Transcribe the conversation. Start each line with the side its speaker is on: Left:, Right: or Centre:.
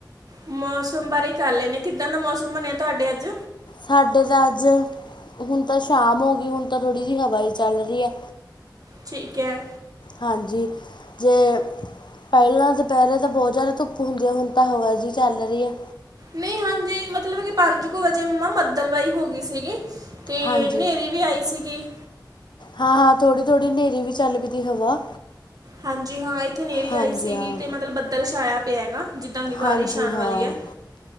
Right: ਮੌਸਮ ਬਾਰੇ ਹੀ ਕਰ ਲੈਂਨੇ ਆ, ਕਿੱਦਾਂ ਦਾ ਮੌਸਮ ਬਣਿਆ ਤੁਹਾਡੇ ਅੱਜ।
Left: ਸਾਡੇ ਤਾਂ ਅੱਜ। ਹੁਣ ਤਾਂ ਸ਼ਾਮ ਹੋ ਗਈ ਹੁਣ ਤਾਂ ਥੋੜੀ ਜਿਹੀ ਹਵਾ ਈ ਚੱਲ ਰਹੀ ਹੈ।
Right: ਠੀਕ ਹੈ।
Left: ਹਾਂਜੀ ਜੇ ਪਹਿਲਾਂ ਦੁਪਹਿਰੇ ਤਾਂ ਬਹੁਤ ਜ਼ਿਆਦਾ ਧੁੱਪ ਹੁੰਦੀ ਹੈ। ਹੁਣ ਤਾਂ ਹਵਾ ਜਿਹਾ ਚੱਲ ਰਹੀ ਹੈ।
Right: ਨਹੀਂ ਹਾਂਜੀ ਮਤਲਬ ਕਿ ਪੰਜ ਕੁ ਵਜੇ ਮੰਮਾ ਬੱਦਲ ਵਾਹੀ ਹੋ ਗਈ ਸੀਗੀ। ਅਤੇ
Left: ਹਾਂਜੀ
Right: ਹਨੇਰੀ ਵੀ ਆਈ ਸੀਗੀ
Left: ਹਾਂ ਹਾਂ ਥੋੜ੍ਹੀ ਥੋੜ੍ਹੀ ਹਨੇਰੀ ਵੀ ਚੱਲ ਪਈਦੀ ਹਵਾ
Right: ਹਾਂਜੀ ਹਾਂ ਇੱਥੇ ਹਨੇਅਰੀ
Left: ਹਾਂਜੀ
Right: ਆਈ ਸੀਗੀ
Left: ਹਾਂ
Right: ਅਤੇ ਮਤਲਬ ਬੱਦਲ ਛਾਇਆ ਪਿਆ ਹੈਗਾ ਜਿੱਦਾਂ ਕਿ ਬਾਰਿਸ਼
Left: ਹਾਂਜੀ
Right: ਆਉਣ
Left: ਹਾਂ
Right: ਵਾਲੀ ਹੈ